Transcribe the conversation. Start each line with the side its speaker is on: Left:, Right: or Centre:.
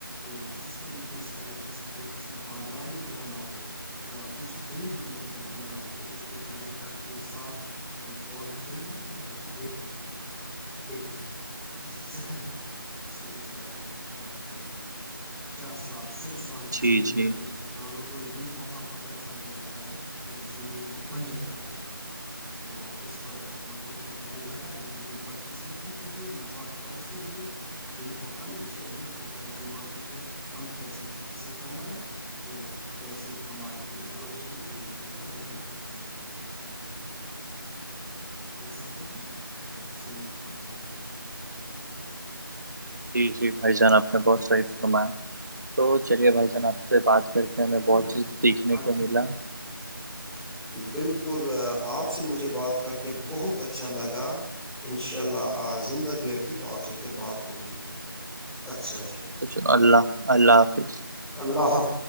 Centre: اور جس طریقے سے اگر کسی کو کسی بازار میں جانا ہو کچھ خرید کے لے جانا ہو تو اس کو چاہے کہ اپنے ساتھ پالتین بلکہ پ لے ایسی زہر ہے جس نے اس دھرتی کو خراب کیا ہے پچاس سال سو سال کی
Right: جی
Centre: زمین
Right: جی
Centre: میں اگر اگاڑو تو یہ وہاں پر ویسا ہی رہتا ہے اور زمین کو بنجر کر دیتا ہے تو اس پر گورنمنٹ نے بیین لگائی ہے لیکن بد ققسمتی کہے مفاد پرست لوگ جن کو ہمیشہ یہ ہوتا ہے دماغی کہ ہم کیسے پیسے کمائیں اور پیسے کمانے کے لالچ بھی انہوں نے اس دھرتی کو خراب کر دیا ہے کرتے ہیں اور زمین خراب ہو جاتی ہے
Right: جی جی بھائی جان آپ نے بہت صحی فرمایا تو چلیے بھائی جان آپ سے بات کر کے ہمیں
Centre: ہے تو
Right: بہت
Centre: رہے
Right: چیز دیکھنے
Centre: تاکہ
Right: کو ملا
Centre: <inaudible> بالکل آپ سے مجھے بات کر کے بہت اچھا لگا انشاء اللہ زندہ گ رہی تو آپ سے پھر بات ہوگی اچھا جی
Right: چلو چلو اللہ اللہ حافظ
Centre: اللہ حافظ <unintelligible>